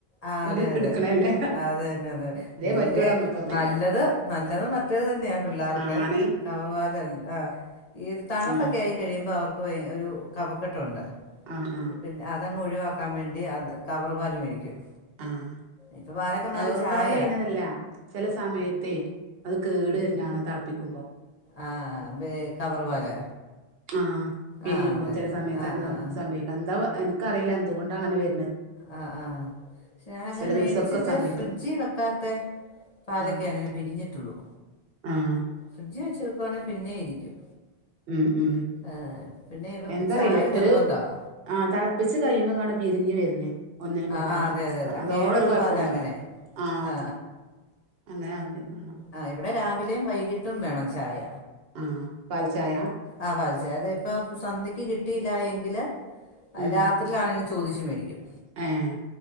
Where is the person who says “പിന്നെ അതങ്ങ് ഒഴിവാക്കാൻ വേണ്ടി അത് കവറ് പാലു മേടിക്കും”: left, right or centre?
Left